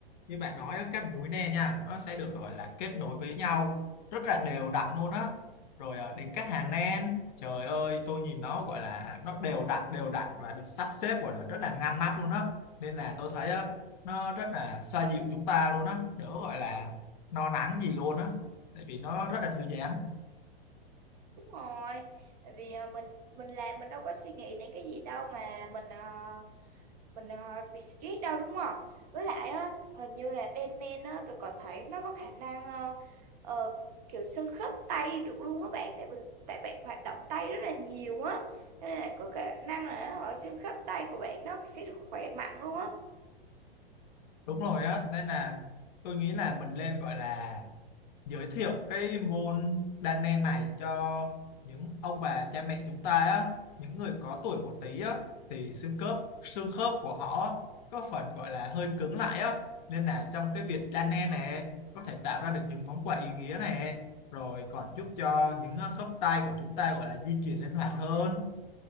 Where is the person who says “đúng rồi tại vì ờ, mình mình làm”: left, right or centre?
Right